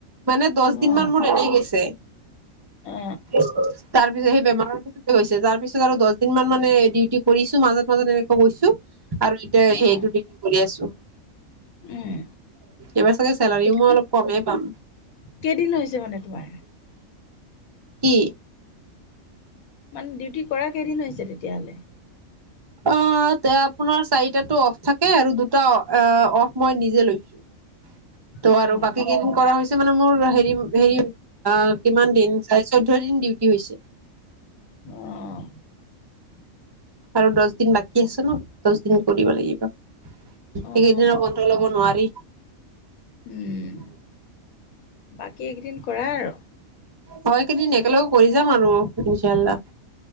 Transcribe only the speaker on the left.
অ
অ
অ
উম
এতিয়া
কেইদিন হৈছে মানে তোমাৰ
মানে, ডিউটি কৰা কেইদিন হৈছে তেতিয়াহ'লে?
অ',
অ'।
অ',
উম' বাকী এইকেইদিন কৰা আৰু।